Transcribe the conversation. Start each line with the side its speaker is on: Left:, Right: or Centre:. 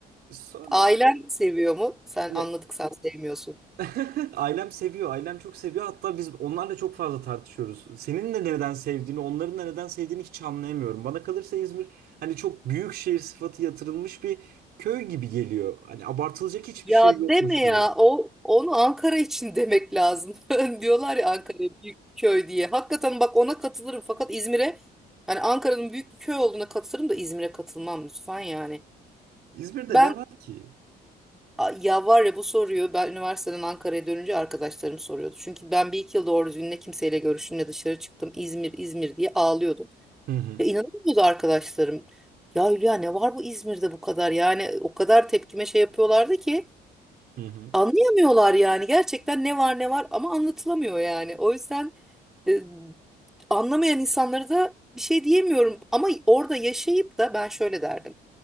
Right: Sonra
Centre: ailen
Right: işte
Centre: seviyor mu? Sen
Right: ne?
Centre: anladık sen sevmiyorsun.
Right: <laughs> Ailem seviyor. Ailem çok seviyor. Hatta biz onlarla çok fazla tartışıyoruz. Senin de neden sevdiğini, onların da neden sevdiğini hiç anlayamıyorum. Bana kalırsa İzmir hani çok büyük şehir sıfatı yatırılmış bir köy gibi geliyor. Hani abartılacak hiçbir
Centre: Ya
Right: şey yokmuş
Centre: deme
Right: gibi.
Centre: ya o onu Ankara için demek lazım. <laughs> Diyorlar ya Ankara büyük bir köy diye. Hakikaten bak ona katılırım fakat İzmir'e hani Ankara'nın büyük bir köy olduğuna katılırım da İzmir'e katılmam lütfen yani.
Right: İzmir'de
Centre: Ben
Right: ne var ki?
Centre: a- ya var ya bu soruyu ben üniversiteden Ankara'ya dönünce arkadaşlarım soruyordu. Çünkü ben bir iki yıl doğru düzgün ne kimseyle görüştüm ne dışarı çıktım. İzmir İzmir diye ağlıyordum.
Right: Hı hı.
Centre: Ya inanamıyordu arkadaşlarım. Ya Hülya ne var bu İzmir'de bu kadar yani o kadar tepkime şey yapıyorlardı ki.
Right: Hı hı.
Centre: Anlayamıyorlar yani gerçekten ne var ne var ama anlatılamıyor yani. O yüzden e, anlamayan insanlara da bir şey diyemiyorum ama orada yaşayıp da ben şöyle derdim.